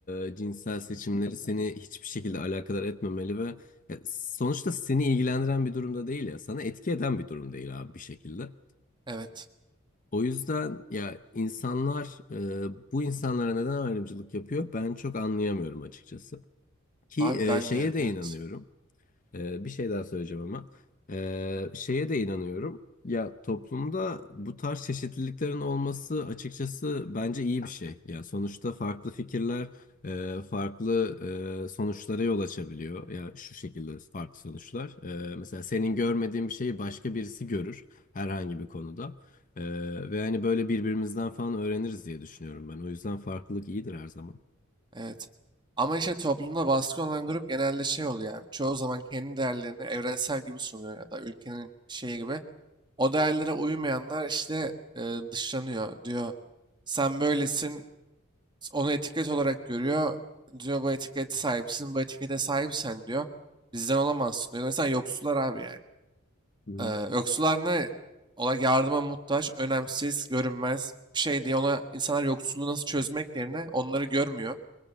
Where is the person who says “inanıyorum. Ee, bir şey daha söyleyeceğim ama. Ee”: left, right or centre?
Left